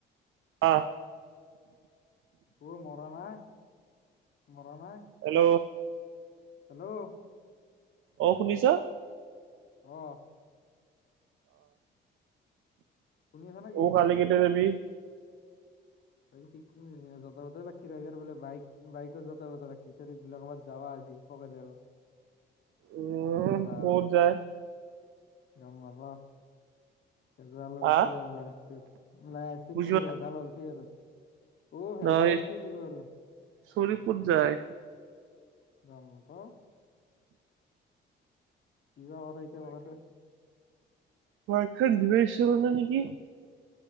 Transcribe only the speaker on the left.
অ মৰা নাই মৰা নাই
হেল্ল'
অহ শুনি আছা নেকি
<unintelligible> যাবা যাব লাগছিলে আৰু বোলে বাইক বাইকত যাবাযাব লাগছি ছলিবিলাক ক'বাত যাৱা আজি ককা <unintelligible>
ভেজাল
গম পাবা ভেজাল লাগছি
আৰু লাইফটোত, লাইফটোত
বোলো
ভেজাল লাগছি আৰু। অ ভেজাল
আনছি বোলো আৰু
যাম ক <unintelligible> কিবা কৰে এতিয়া মামাতৈ।